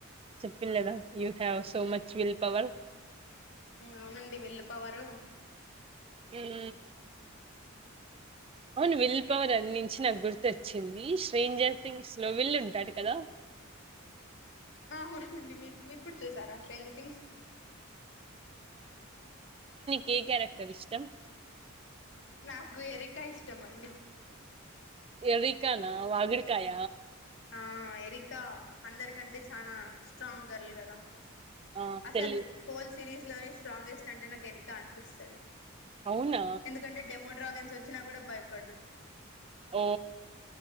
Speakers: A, on the right (about 25°); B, on the left (about 60°).
A: చెప్పిన లేదా you have so much will power
B: అవునండి వెల్ పవరు
A: ఉమ్ అవును విల్ పవర్ అన్నించి నాకు గుర్తోచ్చింది శ్రేన్జర్ టీమ్స్ లో విల్ ఉంటాడు కద
B: ఆ అవునండి మీ మీరు కూడ చూసారా శ్రేన్జర్ టీమ్స్
A: ఎ క్యారెక్టర్ ఇష్టం
B: నాకు ఎరికా ఇష్టం అండి
A: ఎరికానా వాగుడుకాయ
B: ఆ ఎరికా అందరికంటే చానా స్ట్రాంగ్ గర్ల్ కదా
A: ఆ
B: అసలు
A: తెలి
B: హోల్ సిరీస్ లోనే స్ట్రాంగెస్ట్ అంటే నాకు ఎరికా అనిపిస్తది
A: అవునా
B: ఎందుకంటే డెమోడ్రాగన్స్ వచ్చినా గూడ భయపడదు
A: ఓ